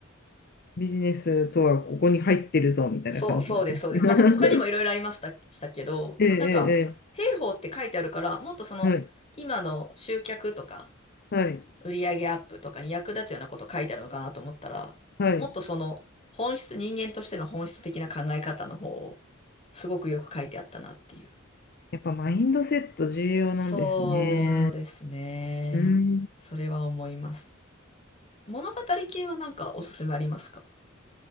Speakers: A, on the left (about 50°); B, on the left (about 30°).
A: ビジネスとはここに入ってるぞみたいな感じなんで
B: そう、そうです、そうです。まあ、ほ他にもいろいろありました、
A: す。<laughs>
B: したけど、
A: ええ、
B: なんか、
A: え
B: 兵法って書いてあるから、もっとその、
A: え、ええはい、
B: 今の集客とか、
A: はい、
B: 売り上げアップとかに役立つようなこと書いてあるのかなと思ったら、
A: はい。
B: もっとその本質、人間としての本質的な考え方の方をすごくよく書いてあったなっていう。
A: やっぱマインドセット重要なんですね。
B: そうですね。
A: うん。
B: それは思います。物語系はなんかおすすめありますか